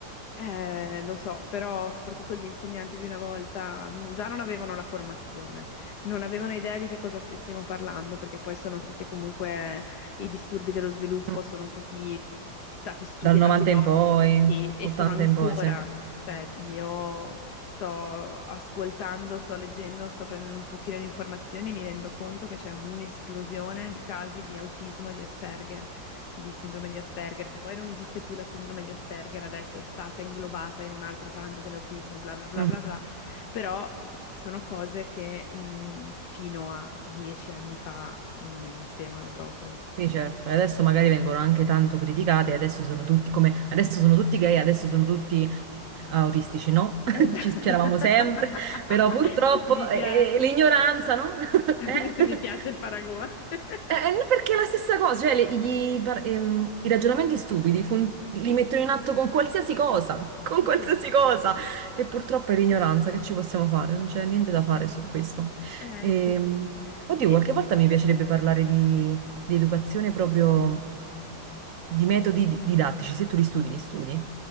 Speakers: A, on the left; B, on the right.
A: Eh, lo so, però soprattutto gli insegnanti di una volta non- già non avevano la formazione, non avevano idea di che cosa stessimo parlando, perché poi sono tutti comunque i disturbi dello sviluppo,
B: Mm,
A: sono tutti stati
B: <laughs>
A: studiati
B: Dal 90
A: dopo
B: in poi,
A: sì, e
B: 80
A: sono ancora,
B: in poi, sì.
A: cioè io sto ascoltando, sto leggendo, sto prendendo un pochino di informazioni e mi rendo conto che c'è un'esplosione di casi di autismo e di Asperger di sindrome di Asperger, che poi non esiste più la sindrome di Asperger, adesso è stata inglobata in un'altra frangia dell'autismo, bla bla bla
B: mhm.
A: bla bla, però sono cose che mh, fino a dieci anni fa non esistevano proprio.
B: Sì, certo. E adesso magari vengono anche tanto criticate, adesso sono tutti come adesso sono tutti gay, adesso sono tutti Autistici no, <laughs>
A: Esatto.
B: ci c'eravamo sempre,
A: <laughs>
B: però purtroppo
A: Mi
B: eh,
A: piace,
B: eh, l'ignoranza, no? <laughs>
A: <laughs>
B: Eh?
A: mi piace il paragone. <laughs>
B: Eh, eh, no, perché è la stessa cosa, cioè le- i, i par- ehm, i ragionamenti stupidi fun- li mettono in atto con qualsiasi cosa, con qualsiasi
A: Sì,
B: cosa. E purtroppo è l'ignoranza, che ci possiamo fare? Non c'è niente da fare su questo.
A: eh,
B: Ehm,
A: sì.
B: oddio,
A: E-
B: qualche volta mi piacerebbe parlare di, di educazione proprio di metodi di- didattici. Se tu li studi, li studi?